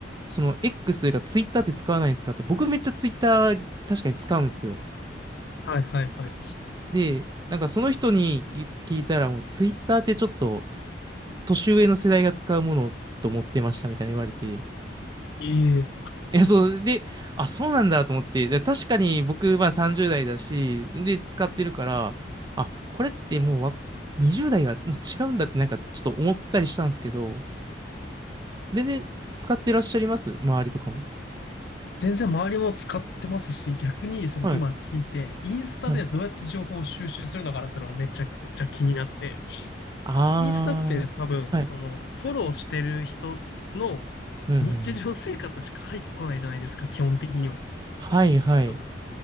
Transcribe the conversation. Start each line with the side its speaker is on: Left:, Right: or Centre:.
Right: その X というか Twitter って使わないんですかって、僕めっちゃ Twitter 確かに使うんですよ。
Left: はい、はい、はい。
Right: で、なんかその人に聞いたらもう Twitter ってちょっと年上の世代が使うものと思ってましたみたいに言われて、
Left: いえ
Right: いや、そう、で、あ、そうなんだと思って、で確かに僕まあ30代だし、で、使ってるから、あ、これってもうわ20代はもう違うんだってなんかちょっと思ったりしたんですけど、全然使ってらっしゃいます周りとかも。
Left: 全然周りも使ってますし、逆にその今聞いて、
Right: はい。
Left: インスタでどうやって情報を収集するのかなってのがめちゃくちゃ気になって、
Right: はい。ああ。
Left: インスタって多分、
Right: はい。
Left: そのフォローしてる人の
Right: うんうんうん。
Left: 日常生活しか入ってこないじゃないですか、基本的には。
Right: はい、はい。
Left: っ